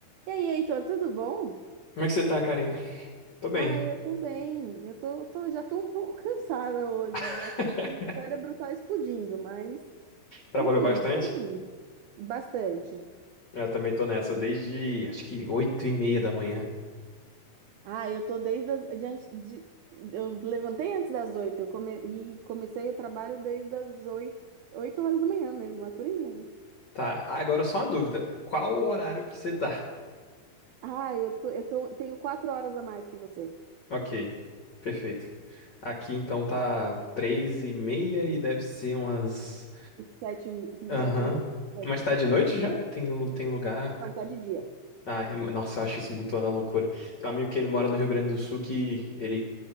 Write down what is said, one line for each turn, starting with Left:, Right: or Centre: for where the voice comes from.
Right: E aí, Heitor, tudo bom?
Left: Como é que você tá, Karina? Tô bem.
Right: Ah, eu tô bem. Eu tô, tô- já tô um pouco <laughs> cansada hoje.
Left: <laughs>
Right: Já tô aqui, o cérebro tá explodindo, mas estamos
Left: Trabalhou bastante?
Right: indo, estamos indo. Bastante.
Left: Eu também tô nessa, desde acho que oito e meia da manhã.
Right: Ah, eu tô desde as, de, antes- de- eu levantei antes das oito, eu come, e comecei o trabalho desde as oito, oito horas da manhã mesmo, é por aí mesmo.
Left: Tá, agora só uma dúvida. Qual o horário que você tá?
Right: Ah, eu tô, eu tô, tenho quatro horas a mais que você.
Left: Ok, perfeito. Aqui então tá três e meia e deve ser umas...
Right: Sete,
Left: Aham.
Right: sete e meia. Sete,
Left: Mas tá
Right: co-
Left: de noite já? Tem, tem lugar...
Right: não, tá de dia.
Left: Ah, é- nossa, eu acho isso muito uma loucura. Tem um amigo que ele mora no Rio Grande do Sul que ele,